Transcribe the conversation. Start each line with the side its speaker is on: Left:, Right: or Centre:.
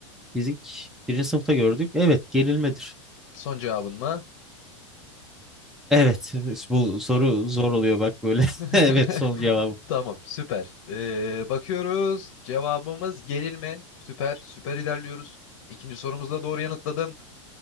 Centre: Fizik birinci sınıfta gördük. Evet gerilmedir.
Left: Son cevabın mı?
Centre: Evet <laughs> bu soru zor oluyor bak böyle.
Left: <laughs>
Centre: <laughs> Evet son cevabım.
Left: Tamam, süper. Ee, bakıyoruz. Cevabımız gerilme. Süper, süper ilerliyoruz. İkinci sorumuzda doğru yanıtladın.